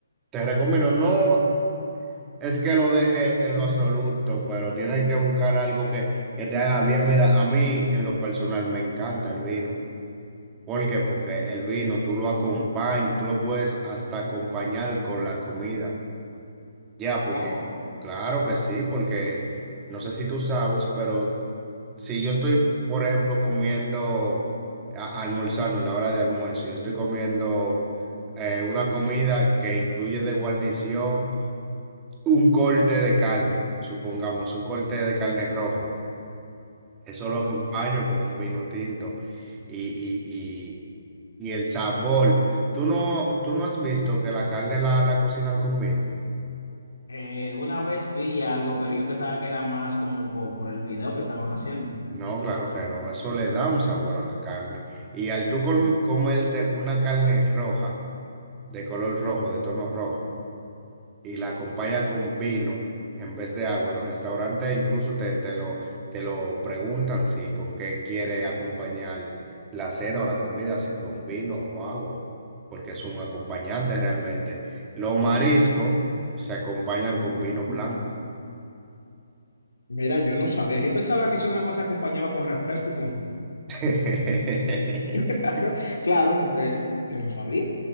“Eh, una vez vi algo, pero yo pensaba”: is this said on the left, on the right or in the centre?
Left